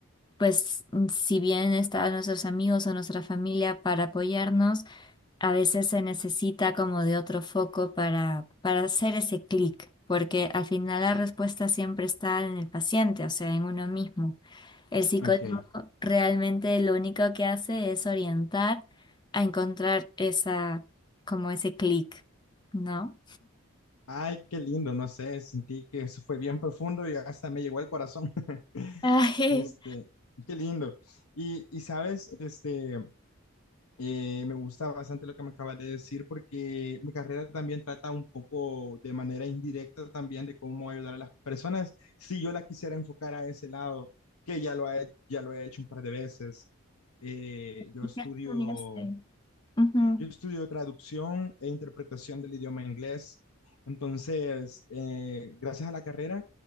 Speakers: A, on the left; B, on the left.
A: pues, mm, si bien están nuestros amigos o nuestra familia para apoyarnos, a veces se necesita como de otro foco para, para hacer ese clic, porque al final la respuesta siempre está en el paciente, o sea, en uno mismo. El psicólogo
B: ok.
A: realmente lo único que hace es orientar a encontrar esa, como ese clic, ¿no?
B: Ay, qué lindo, no sé, sentí que eso fue bien profundo y hasta me llegó al corazón. <laughs>
A: Ay,
B: Este, qué lindo. Y, y sabes, este, eh, me gusta bastante lo que me acabas de decir porque mi carrera también trata un poco de manera indirecta también de cómo ayudar a las personas. Si yo la quisiera enfocar a ese lado, que ya lo he, ya lo he hecho un par de veces. Eh, yo
A: ¿Y
B: estudio
A: qué estudiaste? Ujú.
B: yo estudio traducción e interpretación del idioma inglés. Entonces, eh, gracias a la carrera,